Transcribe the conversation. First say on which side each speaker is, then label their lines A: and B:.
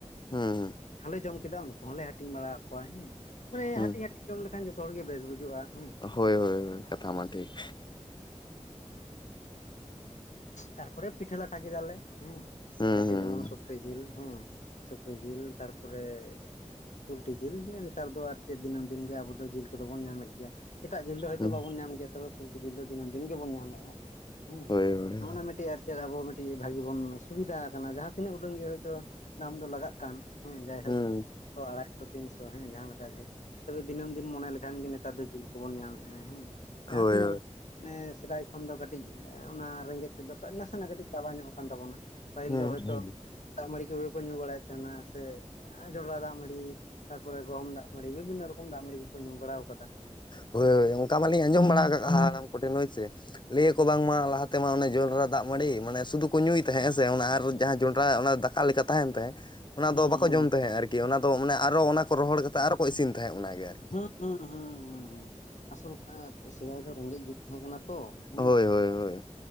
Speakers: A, on the left (about 40°); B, on the left (about 75°).
A: ᱦᱮᱸ ᱦᱮᱸ᱾
B: ᱦᱚᱞᱮ ᱡᱚᱢ ᱠᱮᱫᱟ ᱩᱱᱠᱩ ᱦᱚᱸᱞᱮ ᱦᱟᱹᱴᱤᱧ ᱵᱟᱲᱟᱣᱟᱫ ᱠᱚᱣᱟ ᱦᱮᱸ ᱢᱟᱱᱮ
A: ᱦᱩᱸ
B: ᱦᱟᱹᱴᱤᱧ ᱦᱟᱹᱴᱤᱧ ᱡᱚᱢ ᱞᱮᱠᱷᱟᱱ ᱡᱚᱛᱚ ᱦᱚᱲ ᱜᱮ ᱵᱮᱥ ᱵᱩᱡᱩᱜᱼᱟ ᱦᱮᱸ᱾
A: ᱦᱳᱭ ᱦᱳᱭ ᱠᱟᱛᱷᱟ ᱢᱟ ᱴᱷᱤᱠ᱾
B: ᱛᱟᱨᱯᱚᱨᱮ ᱯᱤᱴᱷᱟᱹ ᱞᱟᱴᱷᱟ ᱠᱮᱫᱟᱞᱮ ᱦᱮᱸ
A: ᱦᱩᱸ
B: ᱡᱟᱠᱮ ᱡᱮᱢᱚᱱ ᱥᱩᱠᱨᱤ ᱡᱤᱞ ᱦᱮᱸ᱾ ᱥᱩᱠᱨᱤ ᱡᱤᱞ ᱛᱟᱨ ᱯᱚᱨᱮ ᱯᱩᱞᱴᱤ ᱡᱤᱞ ᱱᱮᱛᱟᱨ ᱫᱚ ᱟᱨ ᱪᱮᱫ ᱫᱤᱱᱟᱹᱢ ᱫᱤᱱᱜᱮ ᱟᱵᱚ ᱫᱚ ᱡᱤᱞ ᱠᱚᱫᱚ ᱵᱚᱱ ᱧᱟᱢᱮᱫ ᱜᱮᱭᱟ᱾ ᱮᱴᱟᱜ ᱡᱤᱞ ᱫᱚ ᱦᱚᱭᱛᱳ
A: ᱦᱩᱸ
B: ᱵᱟᱵᱚᱱ ᱧᱟᱢ ᱜᱮᱭᱟ ᱛᱚᱵᱮ ᱯᱩᱞᱴᱤ ᱡᱤᱞ ᱫᱚ ᱫᱤᱱᱟᱹᱢ ᱫᱤᱱ ᱜᱮᱵᱚᱱ ᱧᱟᱢᱮᱜᱼᱟ᱾ ᱦᱩᱸ
A: ᱦᱳᱭ ᱦᱳᱭ
B: ᱱᱚᱜ-ᱚ ᱱᱚᱣᱟ ᱢᱤᱫᱤᱡ ᱟᱨ ᱪᱮᱫ ᱟᱵᱚ ᱢᱤᱫᱴᱤᱡ ᱵᱷᱟᱜᱤ ᱵᱚᱱ ᱥᱩᱵᱤᱫᱷᱟ ᱟᱠᱟᱱᱟ ᱡᱟᱦᱟᱸ ᱛᱤᱱᱟᱹᱜ ᱩᱰᱟᱹᱱ ᱜᱮ ᱦᱚᱭᱛᱳ ᱫᱟᱢ ᱫᱚ ᱞᱟᱜᱟᱜ ᱠᱟᱱ᱾ ᱦᱮᱸ ᱡᱟᱭᱦᱳᱠ
A: ᱦᱩᱸ
B: <unintelligible> ᱛᱤᱱᱥᱚ ᱦᱮᱸ ᱡᱟᱦᱟᱸ ᱞᱮᱠᱟ ᱜᱮ ᱛᱚᱵᱮ ᱫᱤᱱᱟᱹᱢ ᱫᱤᱱ ᱢᱚᱱᱮ ᱞᱮᱠᱷᱟᱱ ᱜᱮ ᱱᱮᱛᱟᱨ ᱫᱚ ᱡᱤᱞ ᱠᱚᱵᱚᱱ ᱧᱟᱢᱮᱫᱟ ᱦᱮᱸ᱾ ᱡᱟᱦᱟᱸ
A: ᱦᱳᱭ
B: ᱛᱤᱱᱟᱹᱜ᱾
A: ᱦᱳᱭ
B: ᱢᱟᱱᱮ ᱥᱮᱫᱟᱭ ᱠᱷᱚᱱ ᱫᱚ ᱠᱟᱹᱴᱤᱡ ᱚᱱᱟ ᱨᱮᱸᱜᱮᱡ ᱛᱮᱫ ᱫᱚ ᱱᱟᱥᱮᱱᱟᱜ ᱠᱟᱹᱴᱤᱡ ᱪᱟᱵᱟ ᱧᱚᱜ ᱠᱟᱱ ᱛᱟᱵᱚᱱᱟ᱾ ᱯᱟᱹᱦᱤᱞ
A: ᱦᱩᱸ
B: ᱫᱚ ᱦᱚᱭᱛᱚ
A: ᱦᱩᱸ
B: ᱫᱟᱜ ᱢᱟᱹᱲᱤ ᱠᱚ ᱜᱮ ᱠᱚ ᱧᱩ ᱵᱟᱲᱟᱭᱮᱫ ᱛᱟᱦᱮᱱᱟ ᱥᱮ᱾ ᱡᱚᱱᱰᱨᱟ ᱫᱟᱜ ᱢᱟᱹᱲᱤ ᱛᱟᱨᱯᱚᱨᱮ ᱜᱚᱦᱚᱢ ᱫᱟᱜ ᱢᱟᱹᱲᱤ ᱵᱤᱵᱷᱤᱱᱱᱚ ᱨᱚᱠᱚᱢ ᱫᱟᱜ ᱢᱟᱹᱲᱤ ᱠᱚᱠᱚ ᱧᱩ ᱵᱟᱲᱟᱣ ᱠᱟᱫᱟ᱾
A: ᱦᱳᱭ ᱦᱳᱭ ᱚᱱᱠᱟ ᱢᱟᱞᱤᱧ ᱟᱸᱡᱚᱢ ᱵᱟᱲᱟ ᱠᱟᱜ-ᱟ ᱦᱟᱲᱟᱢ ᱠᱚᱴᱷᱮᱱ ᱦᱳᱭᱥᱮ, ᱞᱟᱹᱭ ᱟᱠᱚ ᱵᱟᱝᱢᱟ
B: ᱦᱩᱸ
A: ᱞᱟᱦᱟ᱾ ᱛᱮᱢᱟ ᱚᱱᱮ ᱡᱚᱸᱰᱨᱟ ᱫᱟᱜ ᱢᱟᱰᱤ ᱢᱟᱱᱮ ᱥᱩᱫᱷᱩ ᱠᱚ ᱧᱩᱭ ᱛᱟᱦᱮᱸᱜ ᱦᱮᱸ ᱥᱮ ᱚᱱᱟ ᱟᱨ ᱡᱟᱦᱟᱸ ᱡᱚᱸᱱᱰᱨᱟ ᱚᱱᱟ ᱫᱟᱠᱟ ᱞᱮᱠᱟ ᱛᱟᱦᱮᱱ ᱛᱟᱦᱮᱸᱜ᱾ ᱚᱱᱟ ᱫᱚ
B: ᱦᱩᱸ
A: ᱵᱟᱠᱚ
B: ᱦᱩᱸ
A: ᱡᱚᱢ ᱛᱟᱦᱮᱸᱜ ᱟᱨᱠᱤ ᱚᱱᱟ ᱫᱚ ᱢᱟᱱᱮ ᱟᱨᱚ ᱚᱱᱟ ᱠᱚ ᱨᱚᱦᱚᱲ ᱠᱟᱛᱮᱫ ᱟᱨᱚ ᱠᱚ ᱤᱥᱤᱱ ᱛᱟᱦᱮᱸᱫ ᱚᱱᱟᱜ ᱜᱮ ᱟᱨᱠᱤ᱾
B: ᱦᱩᱸ ᱦᱩᱸ ᱦᱩᱸ ᱦᱩᱸ ᱟᱥᱚᱞ ᱮ ᱥᱮᱫᱟᱭ ᱫᱚ ᱨᱮᱸᱜᱮᱡ ᱡᱩᱜᱽ᱾ ᱛᱟᱦᱮᱸ ᱠᱟᱱᱟ ᱛᱚ ᱦᱮᱸ᱾
A: ᱦᱳᱭ ᱦᱳᱭ ᱦᱳᱭ